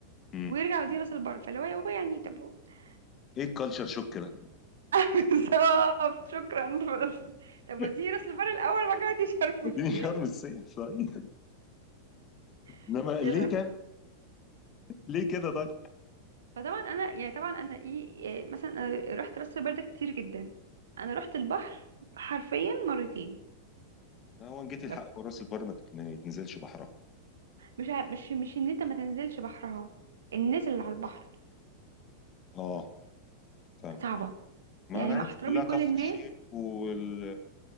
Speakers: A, on the left; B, on the right.
A: امم
B: ويرجع يوديني راس البر فاللي هو يا بابا يعني طب <laughs>
A: ايه الكالتشر شوك ده
B: بالظبط شكرا بس طب
A: <laughs>
B: وديني راس البر الاول بعد كده وديني شرم
A: وديني
B: الشيخ
A: شرم الصيف طيب
B: <laughs>
A: انما
B: كده
A: ليه تعمل ليه كده طيب
B: فطبعا انا يعني طبعا انا ايه إيه، مثلا أنا رحت راس البر ده كتير جدا انا رحت البحر حرفيا مرتين
A: هو ان جيتي
B: بس
A: الحق وراس البر ما تت- ما يتنزلش بحرها
B: مش ع- مش مش ان انت ما تنزلش بحرها الناس اللي على البحر
A: اه فاهم.
B: صعبه
A: ما
B: يعني
A: انا عارف
B: مع احترامي
A: كلها
B: لكل
A: كفر
B: الناس
A: الشيخ وال